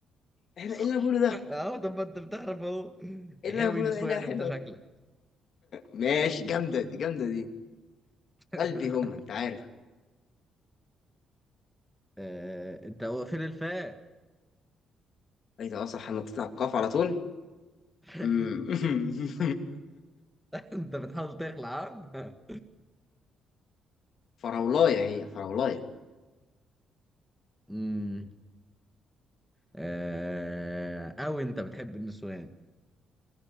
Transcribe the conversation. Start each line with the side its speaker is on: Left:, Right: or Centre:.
Left: احنا
Centre: صح
Left: ايه اللي أنا بقوله ده؟
Centre: اهو طب ما انت بتعرف اهو
Left: ايه
Centre: غاوي
Left: اللي أنا بقوله
Centre: نسوان
Left: ده عينها حلوة
Centre: انت شكلك
Left: ماشي جامدة دي جامدة دي
Centre: <laughs>
Left: قلبي هم انت عارف
Centre: آه... انت هو فين الفاء
Left: ايه ده اه صح انا بتاع القاف على طول <laughs>
Centre: <laughs>
Left: أمم.
Centre: انت بتحاول تخلع ها
Left: فراولاية هي فراولاية
Centre: <laughs> امم آه... اوي انت بتحب النسوان